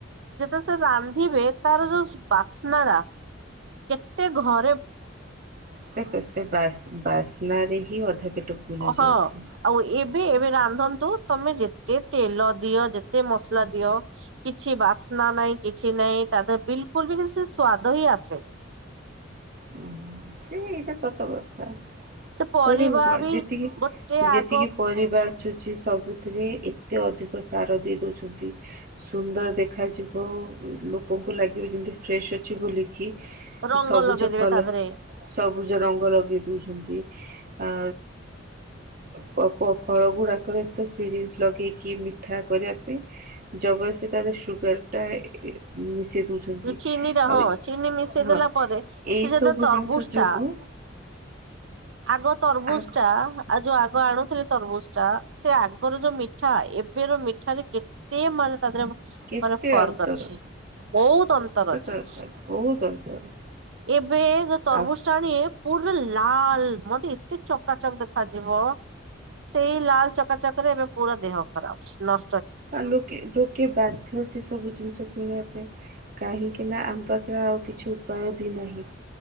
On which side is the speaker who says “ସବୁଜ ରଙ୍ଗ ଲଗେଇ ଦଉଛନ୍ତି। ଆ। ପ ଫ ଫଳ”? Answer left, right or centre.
Right